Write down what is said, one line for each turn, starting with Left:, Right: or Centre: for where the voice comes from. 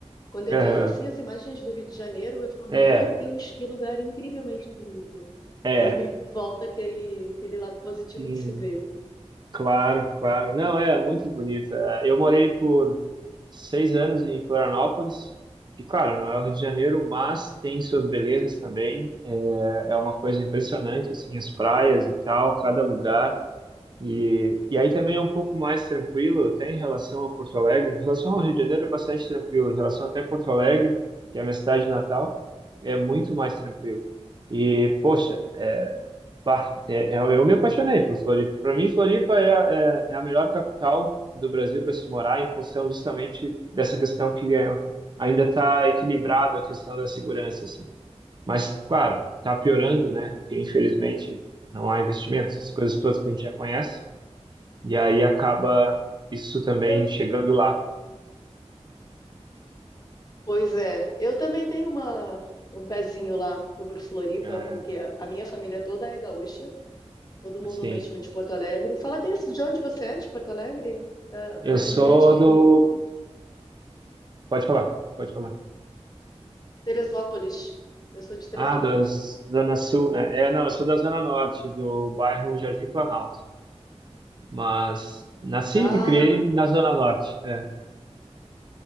Left: Quando eu
Right: Aham.
Left: vejo assim as imagens do Rio de Janeiro, eu falo,
Right: É,
Left: meu Deus, que lugar incrivelmente bonito.
Right: é,
Left: É, E me volta aquele, aquele lado positivo
Right: sim.
Left: de se ver.
Right: Claro, claro. Não, é muito bonita. Eu morei por seis anos em Florianópolis, e claro, não é o Rio de Janeiro, mas tem suas belezas também. É, é uma coisa impressionante, assim, as praias e tal, cada lugar. E, e aí também é um pouco mais tranquilo, até em relação a Porto Alegre. Em relação ao Rio de Janeiro é bastante tranquilo, em relação até a Porto Alegre, que é a minha cidade natal, é muito mais tranquilo. E, poxa, Pá, é- é- eu me apaixonei por Floripa. Para mim, Floripa é, a- é, é a melhor capital do Brasil para se morar, em função justamente dessa questão que é- ainda está equilibrada a questão da segurança, assim. Mas, claro, está piorando, né? Porque, infelizmente, não há investimentos, essas coisas todas que a gente já conhece. E aí acaba isso também
Left: Eu,
Right: chegando lá.
Left: Pois é, eu também tenho uma, um pezinho lá por Floripa,
Right: É,
Left: porque a a minha família toda é gaúcha, todo mundo
Right: assim,
Left: mesmo de Porto Alegre. Fala disso, de onde você é, de Porto Alegre? É,
Right: eu
Left: A minha
Right: sou
Left: família é de
Right: do... Pode falar, pode falar.
Left: Teresópolis. Eu sou de Teresópolis.
Right: Ah, da Zona Sul, né? É, não, eu sou da Zona Norte, do bairro Jardim Planalto. Mas nasci
Left: Ah,
Right: e me criei na Zona Norte. É,